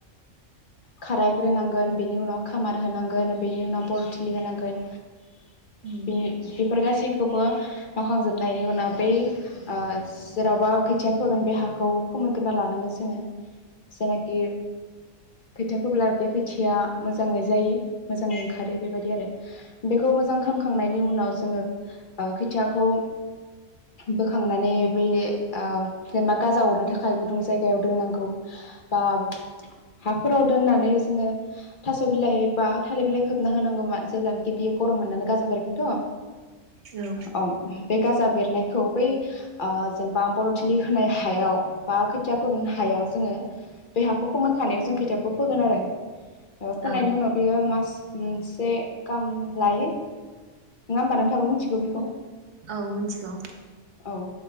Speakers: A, on the left; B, on the right.
A: खारायग्रोनांगोन बिनि उनाव खामार होनांगोन बिनि उनाव बरथिलि होनांगोन
B: उम
A: बेनि बेफोर गासैखौबो मावखांजोबनायनि उनाव बै ओ जेरावबा खोथिया फोगोन बे हाखौ फोमोनग्रोना लानांगोन जोङो जायनाखि खोथिया फोब्ला बे खो खोथिया मोजाङै जायो मोजां ओंखारो बेबायदि आरो बेखौ मोजां खामखांनायनि उनाव जोङो ओ खोथियाखौ बोखांनानै बै ओ जेनेबा गाजा अरनो थाखाय गुदुं जायगायाव दोननांगौ बा हाफोराव दोननानै जोङो थास बिलाइ बा थालिर बिलाइ खोबना होनांगौ मा जेब्लानोाखि बियो गरम मोननानै गाजा बेरगोनथ
B: औ
A: अ बे गाजा बेरनायखौ बै ओ जेनेबा बर थिलि होनाय हायाव बा खो खोथिया फोगोन हायाव जोङो बे हाखौ फोमोनखानायाव जों खोथियाखौ फोगोन आरो ओ फोननायनि
B: औ
A: उनाव बियो मास मास मोनसे गाम लायो नङा होनबा नोंथाङाबो मिथिगौ बिखौ
B: औ मिथिगौ
A: औ